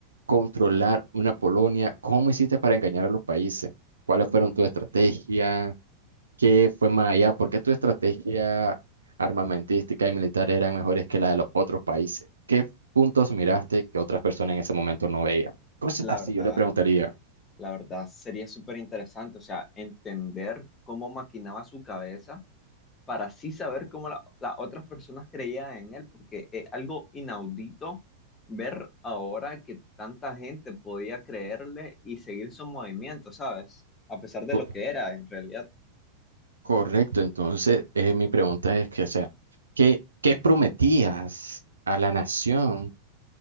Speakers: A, on the right; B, on the left.
A: controlar una Polonia? ¿Cómo hiciste para engañar a los países? ¿Cuáles fueron tus estrategias? qué fue más allá? ¿Por qué tu estrategia armamentística y militar eran mejores que la de los otros países? ¿Qué puntos miraste que otras personas en ese momento no veían? Cosas
B: La
A: así
B: verdad,
A: yo le preguntaría.
B: la verdad, sería súper interesante, o sea, entender cómo maquinaba su cabeza para así saber cómo la- las otras personas creían en él, porque es algo inaudito ver ahora que tanta gente podía creerle y seguir su movimiento, ¿sabes? A pesar de
A: Co-
B: lo que era en realidad.
A: correcto, entonces eh, mi pregunta es que, o sea, ¿qué, qué prometías a la nación